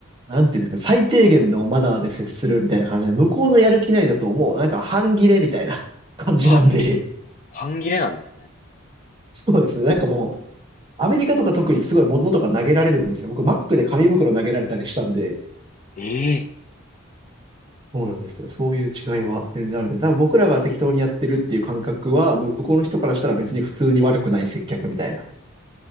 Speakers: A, on the right (about 25°); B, on the left (about 35°).
A: なんていうんですか、最低限のマナーで接するみたいな感じで、向こうのやる気ないだともうなんか半切れみたいな感じなんで、
B: 半切、半切れなんですね。
A: そうですね。なんかもう、アメリカとか特にすごい物とか投げられるんですよ。僕、マックで紙袋投げられたりしたんで、
B: ええ
A: そうなんですよ。そういう違いは全然あるんで、多分僕らが適当にやってるっていう感覚は、向こうの人からしたら別に普通に悪くない接客みたいな。